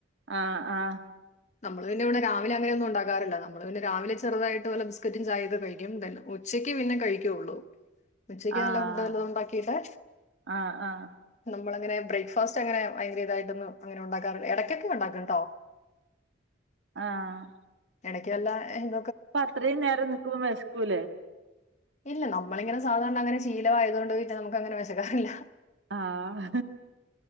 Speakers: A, on the right; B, on the left.
A: ആഹ് ആഹ്
B: നമ്മള് പിന്നെ ഇവിടെ രാവിലെ അങ്ങനൊന്നും ഉണ്ടാറില്ല നമ്മള് പിന്നെ രാവിലെുതായിട്ട്ല ബിസ്കറ്റും ചായ്ത് കഴിക്കും ഉച്ചക്ക് പിന്നെ കഴിക്കുള്ളൂ ഉച്ചക്ക്
A: ആഹ്
B: നല്ല ഫുഡ് നല്ലത് ഉണ്ടാക്കിട്ടെ
A: ആഹ് ആഹ്
B: നമ്മള അങ്ങനെബ്രേക്ക് ഫാസ്റ്റ് അങ്ങനെ ഭയങ്കര ഇതായിട്ടൊന്നും അങ്ങനെ ഉണ്ടാക്കാറില്ല ഇടയ്ക്കൊക്കെ ഉണ്ടാക്കും കേട്ടോ
A: ആഹ്
B: ഇടയ്ക്കുവല്ലോ ഏഹ്
A: അപ്പൊ അത്രയും നേരം നിക്കുമ്പോ വിശക്കൂലേ
B: ഇല്ല നമ്മളിങ്ങനെ സാധാരണ അങ്ങനെ ശീലമായതകൊണ്ട് നമുക്ക് അങ്ങനെ വെശക്കാറില്ല
A: ആഹ്